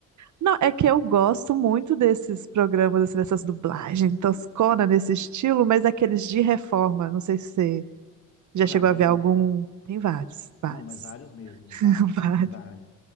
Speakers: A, on the right (about 60°); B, on the left (about 45°).
A: não, é que eu gosto muito desses programas, assim, dessas dublagens toscona nesse estilo, mas aqueles de reforma. Não sei se você
B: Tem
A: já
B: vários,
A: chegou a ver
B: né?
A: algum. Tem vários, vários.
B: Não, mas vários mesmo.
A: <laughs>
B: Vários.
A: Vários.
B: Tem vários.